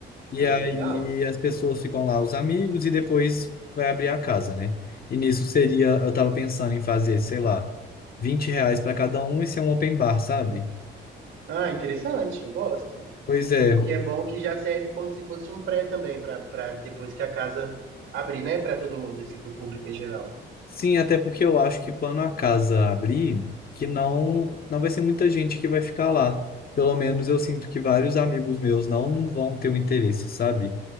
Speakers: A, on the left (about 50°); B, on the right (about 80°).
A: e
B: Ah,
A: aí
B: legal.
A: as pessoas ficam lá, os amigos, e depois vai abrir a casa, né? E nisso seria, eu tava pensando em fazer, sei lá, 20 reais para cada um e ser um open bar, sabe?
B: Ah, interessante, eu gosto.
A: Pois é.
B: Porque é bom que já serve como se fosse um pré também, para depois que a casa abrir, né? Para todo mundo, assim, para o público em geral.
A: Sim, até porque eu acho que quando a casa abrir, que não, não vai ser muita gente que vai ficar lá. Pelo menos eu sinto que vários amigos meus não vão ter o interesse, sabe?